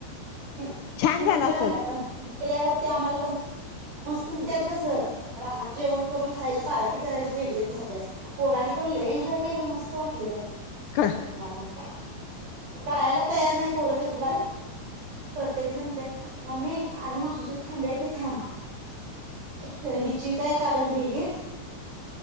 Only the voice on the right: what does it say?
<unintelligible>
केल्यावरती आम्हाला कोण मस्त झालंय त्यात कस रानात जेवण करून खायची पार्टी करायची वेगळीच मजा पोरानी पण लई एन्जॉय केलं मस्त वाटले त्यां
नं आपण <unintelligible> तयार नाही पोर घरला प्रत्येक जण ते मम्मी आणि म्हशीचं थांबूया की थांब <unintelligible> चिऊ काय कालच गेलीत